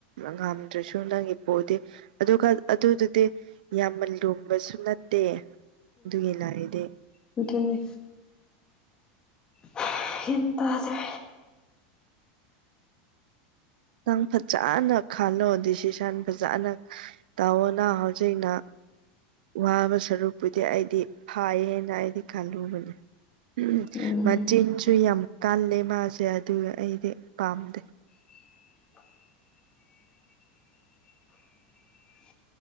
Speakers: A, on the right (about 80°); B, on the left (about 20°).
A: ꯉꯝꯗ꯭ꯔꯁꯨ ꯅꯪꯒꯤ ꯄꯣꯗꯤ ꯑꯗꯨ ꯑꯗꯨꯗꯨꯗꯤ ꯌꯥꯝꯅ ꯂꯨꯕꯁꯨ ꯅꯠꯇꯦ ꯑꯗꯨꯒꯤ ꯂꯥꯏꯔꯤꯗꯤ
B: ꯎꯝꯇꯅꯤ ꯍ ꯇꯗ꯭ꯔꯦ
A: ꯁꯪ ꯐ ꯆꯅ ꯈꯥꯂꯣ ꯗꯤꯁꯤ ꯁꯥꯟ ꯐꯖꯅ ꯇꯑꯣꯅ ꯍꯧꯖꯤꯛꯅ ꯋꯥꯕ ꯁꯔꯨꯛ ꯑꯩꯗꯤ ꯐꯥꯏꯌꯦꯅ ꯑꯩꯗꯤ ꯈꯜꯂꯨꯕꯅꯤ ꯎꯝ
B: ꯎꯝ
A: ꯃꯆꯤꯟꯁꯨ ꯌꯥꯝ ꯀꯜꯂꯦ ꯃꯥꯁꯦ ꯑꯗꯨꯒ ꯑꯩꯗꯤ ꯄꯥꯝꯗꯦ
B: <inaudible>